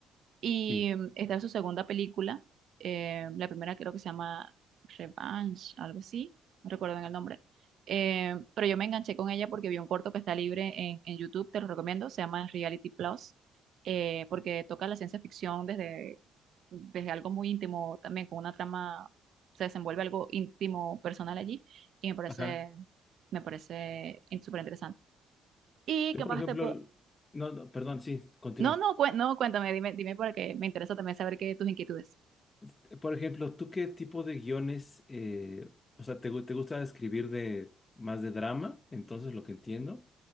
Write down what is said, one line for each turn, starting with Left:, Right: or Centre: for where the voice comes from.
Right: Y
Left: sí.
Right: mm, esta es su segunda película. eh, la primera creo que se llama Revenge, algo así. No recuerdo bien el nombre. Eh, pero yo me enganché con ella porque vi un corto que está libre en, en YouTube, te lo recomiendo. Se llama Reality Plus, eh, porque toca la ciencia ficción desde, desde algo muy íntimo, también con una trama, se desenvuelve algo íntimo, personal allí. Y me parece,
Left: ajá.
Right: me parece súper interesante. ¿Y
Left: Tú,
Right: qué
Left: por
Right: más
Left: ejemplo,
Right: te puedo...?
Left: l- no, no, perdón, sí, continúa.
Right: No, no, cué- no, cuéntame, dime, dime para que me interesa también saber qué tus inquietudes.
Left: Este, Por ejemplo, ¿tú qué tipo de guiones, eh, o sea, te, gu- te gusta escribir de más de drama? Entonces, lo que entiendo.